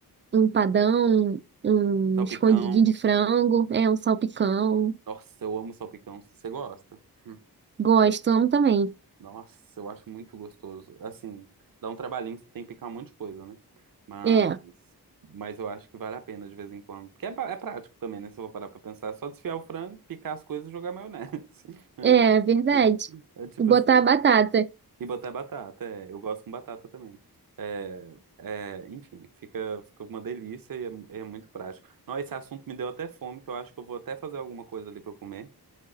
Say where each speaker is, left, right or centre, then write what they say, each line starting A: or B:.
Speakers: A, on the right (about 30°); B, on the right (about 60°).
A: um empadão, um
B: Salpicão.
A: escondidinho de frango, é, um salpicão.
B: Nossa, eu amo salpicão. Você gosta? Hum.
A: Gosto, amo também.
B: Nossa, eu acho muito gostoso. Assim, dá um trabalhinho, você tem que picar um monte de coisa, né? Mas,
A: É,
B: mas eu acho que vale a pena de vez em quando. Porque é, pra- é prático também, né? Se eu vou parar pra pensar, é só desfiar o frango, picar as coisas e jogar maionese. <laughs>
A: é verdade.
B: É tipo
A: E botar
B: assim.
A: a batata.
B: E botar batata, é. Eu gosto com batata também. É, é, enfim, fica, fica uma delícia e é, é muito prático. Não, esse assunto me deu até fome, que eu acho que eu vou até fazer alguma coisa ali pra eu comer.